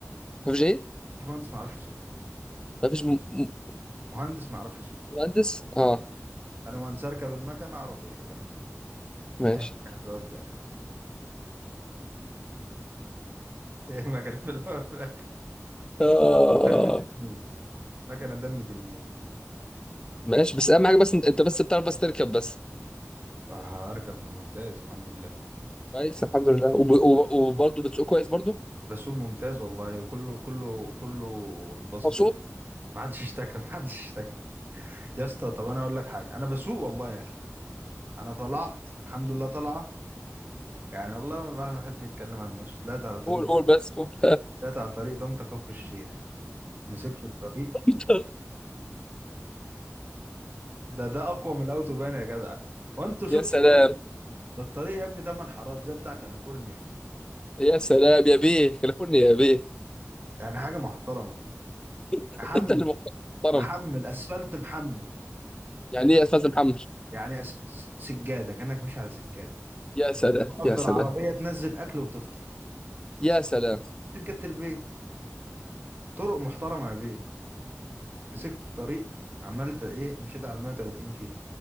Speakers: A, on the left; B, on the right.
A: مفيش ايه
B: مفيش مهندس ما يعرفش يسوق
A: مفيش م- م-
B: مهندس ما يعرفش يسوق
A: مهندس اه
B: انا مهندس اركب المكنه اعرف اشغلها
A: ماشي
B: هي مكنه في الاول في الاخر <laughs> هي مكنه في الاول في الاخر
A: آه
B: دم تنين مكنه دم تنين
A: ماشي بس اهم حاجه بس انت بس بتعرف بس تركب بس
B: آه، اركب ممتاز الحمد لله
A: كويس الحمد لله وب... وب... وبرضه بتسوق كويس برضه
B: بسوق ممتاز والله كله كله كله اتبسط
A: مبسوط
B: مني ما حدش اشتكى ما حدش اشتكى يا اسطى طب انا اقول لك حاجه انا بسوق والله يا اخي انا طلعت الحمد لله طالعه يعني والله من الواحد ما يحبش يتكلم عن نفسه طلعت على طريق
A: قول قول بس قول
B: طلعت على طريق طنطا كفر الشيخ مسكت الطريق
A: <laughs>
B: ده ده اقوى من الاوتوبان يا جدع وانتوا شفتوا
A: يا سلام
B: طرق ده الطريق يا ابني تمن حارات زي بتاع كاليفورنيا
A: يا سلام يا بيه كلفوني يا بيه
B: يعني حاجه محترمه
A: <laughs>
B: محمل
A: انت اللي محترم
B: محمل اسفلت محمل
A: يعني ايه يا استاذ محمد
B: يعني أس... س- سجاده كانك ماشي على سجاده
A: يا سلام
B: افضل
A: يا سلام
B: عربيه تنزل اكل وتفطر
A: يا
B: سج-
A: سلام
B: سجاده البيت طرق محترمه يا بيه مسكت الطريق عملت ايه مشيت على 130 كيلو